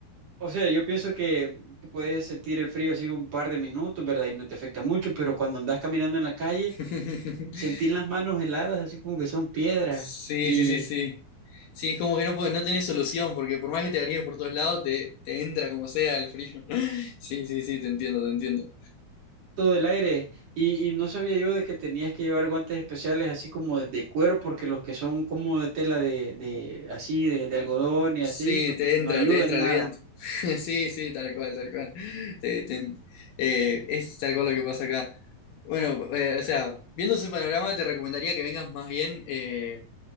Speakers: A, on the right (about 45°); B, on the left (about 70°).
A: o sea, yo pienso que tú puedes sentir el frío así un par de minutos, ¿verdad? Y no te afecta mucho, pero cuando andas caminando en la calle,
B: <laughs>
A: sentir las manos heladas, así como que son piedras.
B: Sí,
A: Y
B: sí, sí, sí. Sí, es como que no, puede- no tenés solución, porque por más que te varíes por todos lados, te, te entra como sea el frío. <laughs> Sí, sí, sí, te entiendo, te entiendo.
A: todo del aire. Y, y no sabía yo de que tenías que llevar guantes especiales así como de, de cuero, porque los que son como de tela de, de así, de, de algodón y
B: Sí,
A: así, p- p-
B: te
A: no
B: entra,
A: ayudan
B: te entra
A: nada.
B: el viento. <laughs> Sí, sí, tal cual, tal cual. Te- te- eh, es tal cual lo que pasa acá. Bueno, eh, o sea, viendo ese panorama, te recomendaría que vengas más bien. eh,